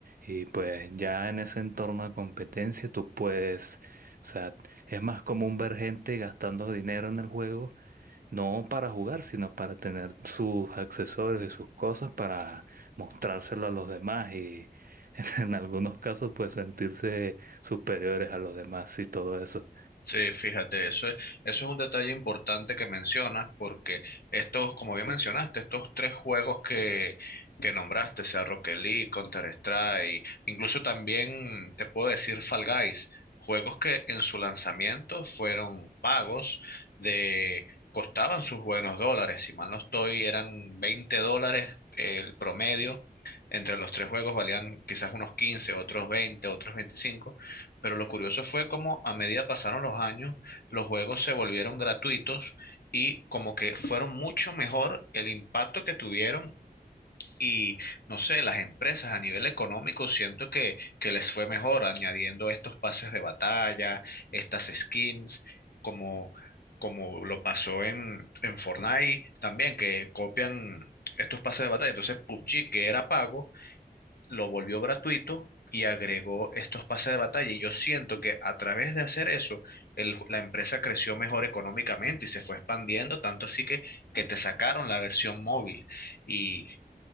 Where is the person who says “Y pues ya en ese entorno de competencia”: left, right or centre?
Right